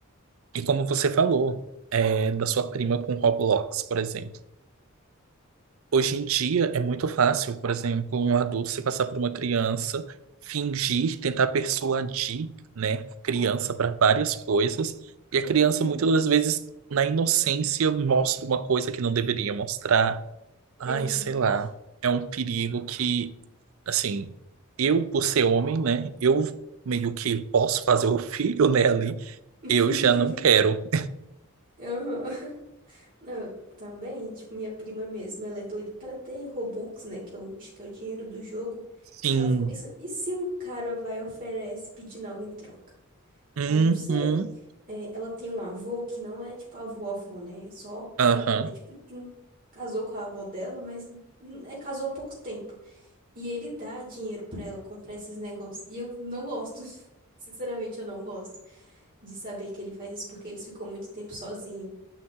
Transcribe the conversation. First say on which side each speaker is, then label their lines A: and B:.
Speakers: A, on the right; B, on the right.
A: e como você falou, é, da sua prima com Roblox, por exemplo. Hoje em dia é muito fácil, por exemplo, um adulto se passar por uma criança, fingir, tentar persuadir, né, a criança para várias coisas, e a
B: Uhum,
A: criança muitas das vezes, na inocência, mostra uma coisa que não deveria mostrar. Ai,
B: é verdade.
A: sei lá. É um perigo assim, eu por ser homem, né, eu meio que posso fazer o filho, né, ali,
B: <laughs>
A: eu já não quero.
B: Aham. Não, eu também, tipo, minha prima mesmo, ela é doida pra ter Robux, né, que é o, acho que é o dinheiro do jogo.
A: Sim.
B: Aí eu fico pensando, e se um cara vai e oferece pedindo algo em troca?
A: Uhum.
B: né? Eu não sei. É, ela tem um avô que não é tipo avô-avô, né? É só casou,
A: Aham.
B: é tipo de um casou com a avó dela, mas n- é casou há pouco tempo. E ele dá dinheiro pra ela comprar esses negócios. E eu não gosto. <laughs> Sinceramente, eu não gosto de saber que ele faz isso porque ele ficou muito tempo sozinho.